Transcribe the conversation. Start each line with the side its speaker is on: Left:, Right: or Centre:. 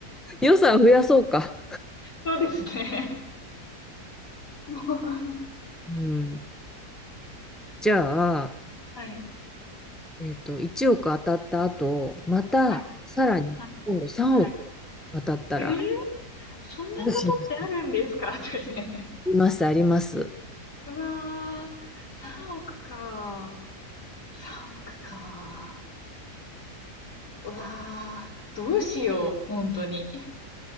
Centre: 予算増やそうか。
Left: そうですね。もう、
Centre: うん。じゃあ、
Left: はい。
Centre: えっと、1億当たった後、またさらに今度3億
Left: はい。はい。はい。
Centre: 当たったら、
Left: えーそんなことってあるんですか
Centre: どうします
Left: <laughs> とかって。
Centre: あります、あります。
Left: うわー、3億か。3億か。うわー、どうしよう、本当に。